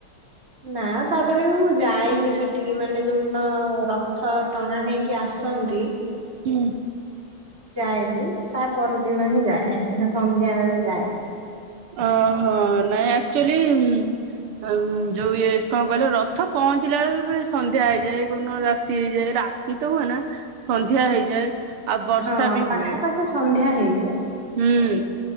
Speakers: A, on the right (about 30°); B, on the right (about 80°).
A: ନା ତାପରେ ବି ମୁଁ ଯାଏନି ସେଠିକି ମାନେ ଯୋଉନ ରଥ ଟଣା ହେଇ କି ଆସନ୍ତି।
B: ହୁଁ।
A: ଯାଏନି ତା ପରଦିନ ହିଁ ଯାଏ। ସେ ସନ୍ଧ୍ୟା ବେଳେ ଯାଏ।
B: ଓହୋ ନାଇଁ ଆକ୍ଚୁଲି ଉଁ, ଆଉ ଯୋଉ ଇଏ କଣ କହିଲ ରଥ ପହଞ୍ଚିଲା ବେଳକୁ ପୁରା ସନ୍ଧ୍ୟା ହେଇଯାଏ। କୋଉନ ରାତି ହେଇଯାଏ। ରା ଆତି ତ ହୁଏ ନା। ସନ୍ଧ୍ୟା ହେଇଯାଏ। ଆଉ ବର୍ଷା
A: ହଁ
B: ବି
A: ପାଖାପାଖି
B: ହୁଏ।
A: ସନ୍ଧ୍ୟା ହେଇଯାଏ।
B: ହୁଁ,